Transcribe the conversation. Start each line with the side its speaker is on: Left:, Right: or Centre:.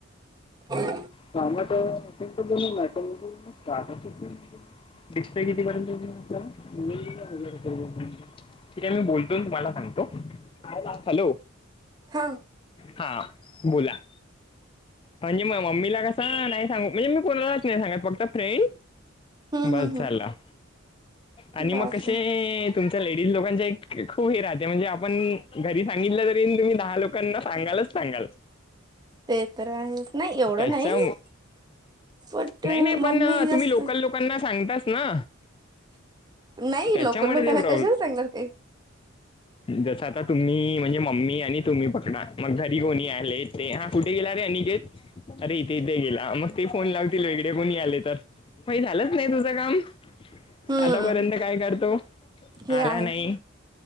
Right: हो
Left: काम तर <unintelligible> डिस्प्ले कितीपर्यंत येऊन जाईल आपल्याला ठीक आहे. मी बोलतो तुम्हाला सांगतो हॅलो
Right: हा
Left: हा बोला म्हणजे म मम्मीला कसा नाही सांगू म्हणजे मी कोणालाच नाही सांगत फक्त फ्रेंड
Right: हम्म
Left: बस
Right: हम्म
Left: झालं
Right: हम्म
Left: आणि
Right: बापरे
Left: मग कशे तुमच्या लेडीज लोकांचे खूप हे राहते म्हणजे आपण घरी सांगितलं तरी तुम्ही दहा लोकांना सांगालच सांगाल
Right: ते तर आहेच नाही एवढं
Left: त्याच्या
Right: नाही बट
Left: नाही-नाही पण
Right: मम्मी जास्त
Left: तुम्ही लोकल लोकांना सांगतास ना
Right: नाही
Left: त्याच्यामुळे
Right: लोक लोकांना
Left: ते प्रॉब्लेम
Right: कशाला सांगणार काही
Left: जस आता तुम्ही म्हणजे मम्मी आणि तुम्ही पकडा मग, घरी कोणी आले ते हा कुठे गेला रे? आणि अरे इथे-इथे गेला मग ते फोन लावतील वेगळे कोणी आले तर, मही झालंच नाही तुझं काम
Right: हम्म
Left: आतापर्यंत काय करतो?
Right: हे
Left: आला
Right: आहे
Left: नाही